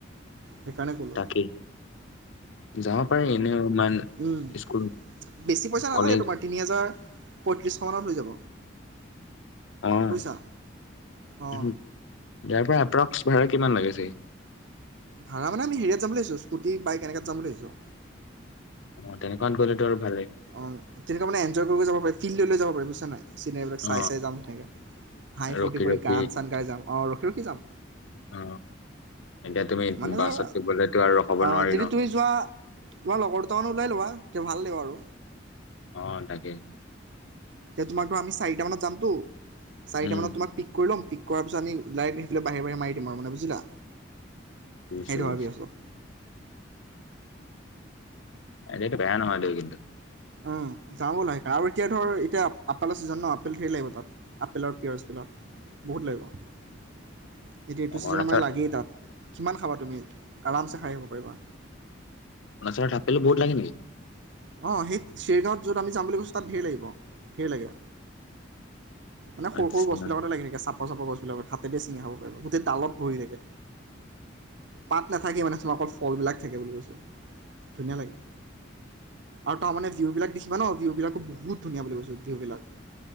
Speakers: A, on the right; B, on the left.
A: সেইকাৰণে ক'লোঁ
B: তাকেই, যাব পাৰি এনেও ইমান
A: উম।
B: স্কুল
A: বেছি পইচা নালাগে
B: কলেজ
A: তোমাৰ, তিনি হাজাৰ পঁয়ত্ৰিছশ মানত হৈ যাব।
B: অঁ,
A: বুজিছা অঁ
B: ইয়াৰ পৰা এপ্ৰক্স ভাড়া কিমান লাগে চাগে?
A: ভাড়া মানে আমি হেৰিয়াত যাম বুলি ভাবিছোঁ, স্কুটি বাইক, এনেকাত যাম বুলি ভাবিছোঁ।
B: অ তেনেকুৱাত গ'লে তো আৰু ভালেই
A: অ তেনেকুৱা মানে এনজয় কৰি যাব পাৰি, ফিল লৈ যাব পাৰি‌, বুজিছা? চিনেৰিবিলাক
B: অ
A: চাই চাই যাম তেনেকে, হাঁহি ফূৰ্তি
B: ৰখি
A: কৰি
B: ৰখি
A: গান চান গাই যাম। অঁ, ৰখি-ৰখি যাম।
B: অ এতিয়া তুমি
A: মানে
B: বাছত
A: ধৰা,
B: গ'লেতো আৰু ৰখাব
A: অঁ,
B: নোৱাৰি
A: যদি
B: ন
A: তুমি যোৱা, তোমাৰ লগৰ দুটামানো ওলাই লবা। এ ভাল দে আৰু।
B: অহ তাকে।
A: এতিয়া তোমাক ধৰ আমি চাৰিটামানত যামতো চাৰিটা
B: উম
A: মানত তোমাক পিক কৰি ল'ম। পিক কৰাৰ পিছত আমি ডাইৰেক্ট সেইফালে বাহিৰে-বাহিৰে মাৰি দিম আৰু মানে বুজিলা?
B: বুজিছো
A: সেইটো
B: বুজিছো
A: ভাবি আছোঁ।
B: আইডিয়াটো বেয়া নহয় দেই কিন্তু।
A: অহ যাওঁ বোলা আৰু এতিয়া ধৰ এতিয়া আপেলৰ ছিজন ন আপেল ধৰি লাগিব তাত আপেলৰ পিয়াজবিলাক বহুত লাগিব। এইটো-এইটো
B: অৰুণাচল
A: ছিজনৰ মানে লাগেই তাত। কিমান খাবা তুমি, আৰামছে খাই আহিব পাৰিবা।
B: অৰ্ণচলত এপেল বহুত লাগে নেকি?
A: অ সেই চেৰগাঁৱত য'ত আমি যাম বুলি কৈছোঁ তাত ধেৰ লাগিব, ধেৰ লাগে। মানে সৰু
B: আচ্ছা
A: গছবিলাকতে লাগী থাকে। চাপৰ গছবিলাকত হাতে চিঙা খাব পাৰ গোটেই ডালত ভৰি থাকে। পাত নাথাকে মানে তোমালোকৰ ফলবিলাক থাকে বুলি কৈছোঁ, ধুনীয়া লাগে। আৰু তাৰ মানে বিহু বিলাক দি কিবা ন বিহু বিলাকো বহুত ধুনীয়া বুলি কৈছো, বিহু বিলাক।